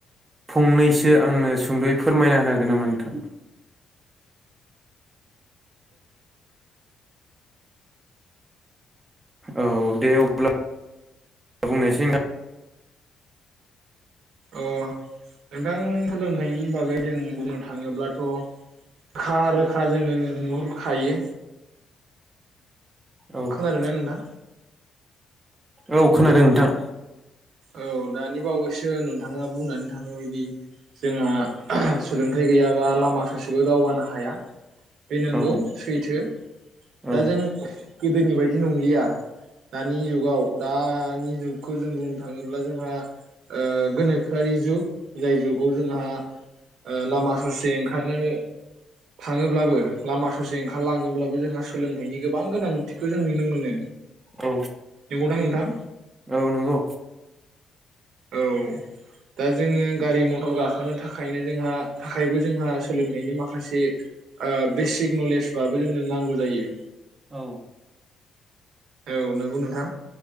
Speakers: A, on the right; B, on the right.
A: फंनैसो आंनो सुंद'यै फोरमायना होनो हागोन नामा नोंथां? औ दे अब्ला बुंनोसै नोंथां
B: औ औ अ नोंथां सोलोंथाइनि बागै जों बुंनो थाङोब्लाथ' खा रोखा जोंनोनो नुहुर खायो।
A: औ
B: खोनादोंना नोंथां
A: औ खोनादों नोंथां।
B: औ दानि बावै सो नोंथाङा बुंनानै थांनाय बाय दि जोंहा सोलोंथाइ गैयाबा लामा ससेबो दावगानो हाया। बे नोंगौ
A: औ
B: सैथो दा
A: औ
B: जों गोदोनि बायदि नंलिया दानि जुगाव दानि जुगखौ जों बुं ओ गोनोखोआरि जुग जाय जुगाव जोंहा ओ लामा ससे ओंखारनो थाङोब्लाबो लामा ससे ओंखारलाङोब्लाबो जोंहा सोलोंथाइनि गोबां गोनांथि खो जों नुनो मोनो
A: औ
B: नोंगौना नोंथां।
A: औ नोंगौ
B: औ दा जोङो गारि मथर गाखोनो थाखायनो जोंहा थाखायबो जोंहा सोलोंथाइनि माखासे ओ बेसिक नलेजबाबो जोंनो नांगौ जायो।
A: औ
B: औ नोंगौ नोंथां